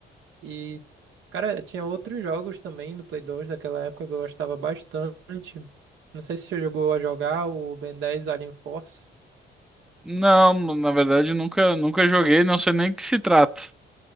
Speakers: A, on the right; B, in the centre.
A: E, cara, tinha outros jogos também do Play 2 daquela época que eu gostava bastante. Não sei se você jogou a jogar o Ben 10 Alien Force.
B: Não, na verdade nunca, nunca joguei, não sei nem o que se trata.